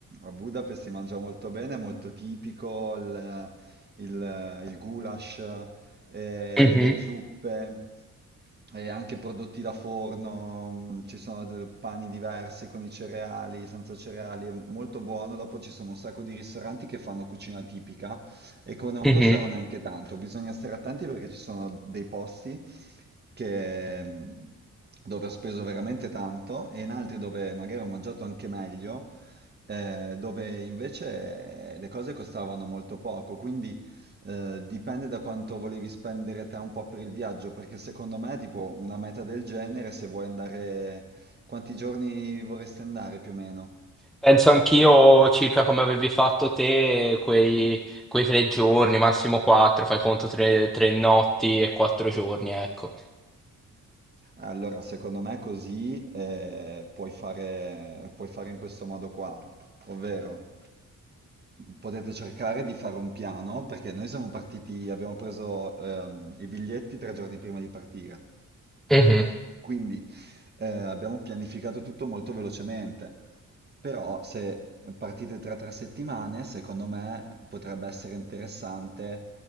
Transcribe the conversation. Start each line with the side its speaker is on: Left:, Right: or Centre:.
Right: Budapest si mangia molto bene, è molto tipico il, il- il goulash, eh,
Centre: Mhm,
Right: le zuppe eh, anche prodotti da forno, mh, ci sono de- pani diversi con i cereali, senza cereali, è molto buono. Dopo ci sono un sacco di ristoranti che fanno cucina tipica e che non
Centre: mhm.
Right: costano neanche tanto. Bisogna stare attenti perché ci sono dei posti che, mh, dove ho speso veramente tanto e in altri dove magari ho mangiato anche meglio, eh, dove invece eh, le cose costavano molto poco. Quindi eh, dipende da quanto volevi spendere te un po' per il viaggio, perché secondo me, tipo, una meta del genere, se vuoi andare, quanti giorni vorresti andare più o meno?
Centre: Penso anch'io circa come avevi fatto te quei, quei tre giorni, massimo quattro, fai conto tre, tre notti e quattro giorni, ecco.
Right: Allora, secondo me così eh, puoi fare, puoi fare in questo modo qua, ovvero potete cercare di fare un piano perché noi siamo partiti, abbiamo preso ehm, i biglietti tre giorni prima di partire.
Centre: Mhm.
Right: Quindi eh, abbiamo pianificato tutto molto velocemente, però se partite tra tre settimane, secondo me potrebbe essere interessante